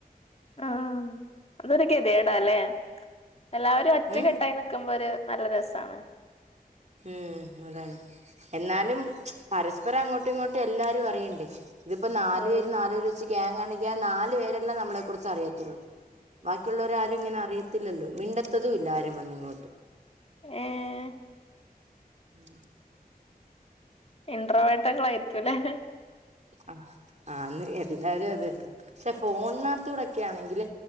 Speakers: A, on the left; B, on the right.
A: ആഹ് അതൊര് ഗതികേടാല്ലെ? എല്ലാവരും ഒറ്റക്കെട്ടായി
B: ഉം
A: നിക്കുമ്പൊരു നല്ല രസാണ്.
B: ഉം അതാണ്. എന്നാലും പരസ്പരം അങ്ങോട്ടു ഇങ്ങോട്ടു എല്ലാരു അറിയണ്ടേ? ഇതിപ്പോ നാല്
A: ഉം
B: പേര് നാല് പേര് വച്ച് ഗ്യാങ്ങാണെങ്കി ആ നാല് പേരല്ലേ നമ്മളെക്കുറിച്ചറിയത്തുള്ളൂ. ബാക്കിയുള്ളവരാരു ഇങ്ങനെ അറിയത് ത്തില്ലല്ലോ മിണ്ടത്തതു ഇല്ല ആരും വന്നിങ്ങോട്ട്
A: ഏഹ്
B: ഉം
A: ഇൻട്രോവേട്ടകളായിരിക്കു അല്ലേ?
B: ആ ആന്ന് എല്ലാരു അത് തന്നെ. പക്ഷെ ഫോണിനകത്തോടെക്കെ ആണെങ്കില്